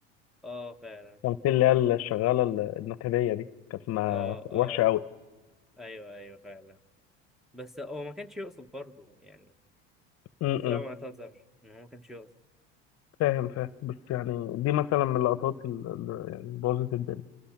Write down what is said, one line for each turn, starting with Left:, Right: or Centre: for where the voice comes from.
Centre: أه فعلا
Left: كان في اللي هي الشغالة النكدية دي كانت ما
Centre: أه
Left: وحشة
Centre: أه
Left: أوي
Centre: أيوه أيوه فعلا بس هو ما كانش يقصد برضه يعني
Left: امم
Centre: هو طلع معتذر إن هو ما كانش يقصد
Left: فاهم فاهم بس يعني دي مثلا من اللقطات اللي يعني بوظت الدنيا